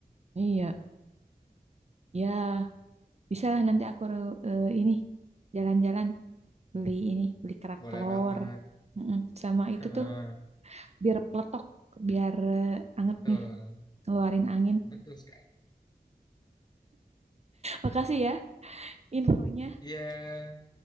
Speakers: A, on the right; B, on the left.
A: iya, ya bisa lah nanti aku eh, ini jalan-jalan beli ini beli kerak
B: boleh
A: telur.
B: banget
A: Mm-mm. Sama
B: Heeh,
A: itu tuh biar peletok, biar eh, anget
B: betul
A: nih, ngeluarin angin.
B: betul sekali
A: Makasih ya infonya.
B: iya